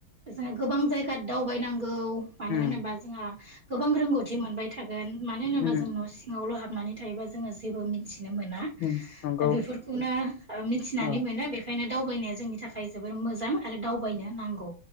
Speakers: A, on the right; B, on the left.
A: जोंनो गोबां जायगा दावबायनां गौ मानो
B: उम
A: होनोबा जोंहा गोबां रोंगौथि मोनबाय थागोन मानो होनोबा
B: उम
A: जों न' सिङावल' हाब नानै थायोबा जोङो जेबो मिनथि नो मोना
B: उम नंगौ
A: दा बेफोरखौनो मिथिनानै
B: औ
A: मोनो बेखायनो दावबायनाया जोंनि थाखाय जोबोर मोजां। आरो दावबायनो नांगौ।